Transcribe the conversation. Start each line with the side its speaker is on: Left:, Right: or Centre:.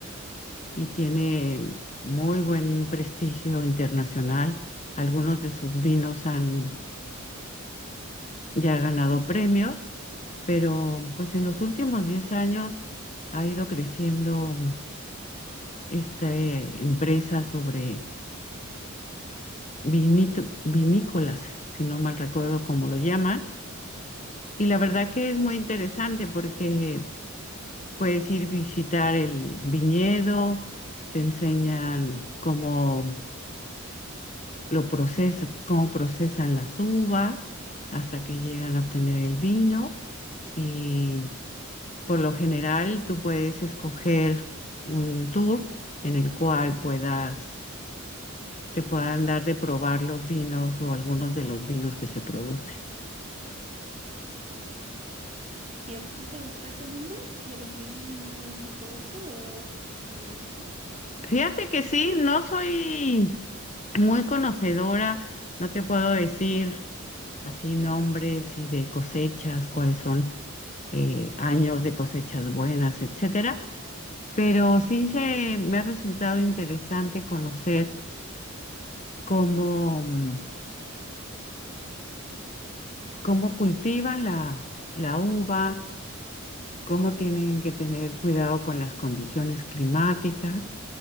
Left: y tiene mm, muy buen prestigio internacional. Algunos de sus vinos han ya ganado premios, pero pues en los últimos 10 años ha ido creciendo mm, esta eh, empresa sobre vinito- vinícolas, si no mal recuerdo cómo lo llaman. Y la verdad que es muy interesante porque puedes ir visitar el viñedo, te enseñan cómo lo procesa, cómo procesan las uvas hasta que llegan a obtener el vino. Y por lo general tú puedes escoger un tour en el cual puedas te puedan dar de probar los vinos o algunos de los vinos que se producen.
Right: ¿Y a ti te gusta ese mundo de los vinos y todo eso o, o no mucho?
Left: Fíjate que sí, no soy muy conocedora, no te puedo decir así nombres y de cosechas, cuáles son eh, años de cosechas buenas, etcétera, pero sí se, me ha resultado interesante conocer cómo, mm, cómo cultivan la, la uva, cómo tienen que tener cuidado con las condiciones climáticas